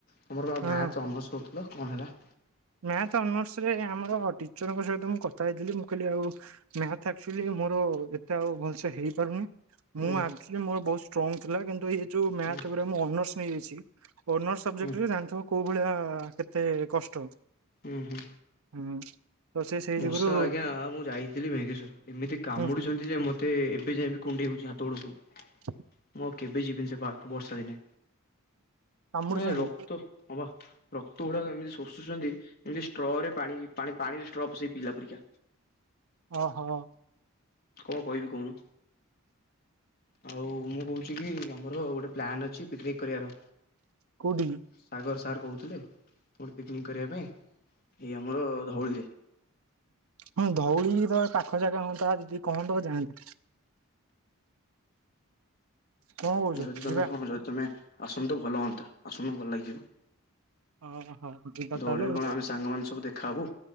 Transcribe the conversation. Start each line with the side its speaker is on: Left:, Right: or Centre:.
Left: ତମରବା
Right: ହଁ
Left: ମ୍ୟାଥ ଅନର୍ସ କରୁଥିଲ କଣ ହେଲା
Right: ମ୍ୟାଥ ଅନର୍ସରେ ଆମର ଟିଚରଙ୍କ ସହିତ ମୁଁ କଥା ହେଇଥିଲି ମୁଁ କହିଲି ଆଉ ମ୍ୟାଥ ଆକଚୁଲୀ ମୋର ଏତେ ଆଉ ଭଲସେ ହେଇପାରୁନି
Left: ହୁଁ
Right: ମୁଁ ଆକ୍ଚୁଲି ମୋର ବହୁତ ଷ୍ଟ୍ରଙ୍ଗ ଥିଲା କିନ୍ତୁ ଏଯୋଉ ମ୍ୟାଥ
Left: ହୁଁ
Right: ପରେ ମୁଁ ଅନର୍ସ ନେଇଯାଇଛି। ଅନର୍ସ ସବଜେକ୍ଟରେ
Left: ହୁଁ
Right: ଜାଣିଥିବ କୋଉଭଳିଆ କେତେ କଷ୍ଟ
Left: ଉଁ ହୁଁ
Right: ହୁଁ ତ ସେ ସେଇ
Left: ମଶା
Right: ଯୁଗୁରୁ
Left: ଆଜ୍ଞା ମୁଁ ଯାଇଥିଲି ଭେଙ୍ଗେସ୍ଵର ଏମିତି କାମୁଡିଛନ୍ତି
Right: ହୁଁ
Left: ଯେ ମତେ ଏବେ ଯାଏବିି କୁଣ୍ଡେଇ ହଉଛି ହାତ ଗୋଡ ସବୁ
Right: <inaudible>
Left: ମୁଁ କେବେ ଯିବିନି ସେଇ ପାର୍କ ବର୍ଷା ଦିନେ
Right: କାମୁଡୁଛନ୍ତି
Left: ମା ଏ ରକ୍ତ ଅବା ରକ୍ତ ଗୁଡାକ ଏମିତି ଶୋସୁଛନ୍ତି ଯେମିତି ଷ୍ଟ୍ରରେ ପାଣି ପାଣି ପାଣିରେ ସେ ପିଲାପରିକା
Right: ଓ ହୋ
Left: କଣ କହିବି କହୁନୁ? ଆଉ ମୁଁ କହୁଛିକି ଆମର ଗୋଟେ ପ୍ଲାନ ଅଛି ପିକିନିକି କରିବାର
Right: କୋଉଠି
Left: ସାଗର ସାର୍ କହୁଥିଲେ କୋଉଠି ପିକିନିକ କରିବା ପାଇଁ ଏଇ ଆମର ଧଉଳିରେ
Right: ହଁ ଧଉଳିତ ପାଖ ଜାଗା ହୁଅନ୍ତା, ଯଦି କହନ୍ତ ଯାଆନ୍ତି କଣ କହୁଛ
Left: ଯଦି ତମେ
Right: ଯିବା?
Left: ହଁ ଯଦି ତମେ ଆସନ୍ତୁ, ଭଲ ହୁଅନ୍ତା, ଆସୁନୁ ଭଲ ଲାଗିବ
Right: ଓହୋ ଯିବା
Left: ଡରିବୁ
Right: ତାହେଲେ ଆଉ।
Left: କଣ ଆମେ ସାଙ୍ଗମାନେ ସବୁ ଦେଖାହବୁ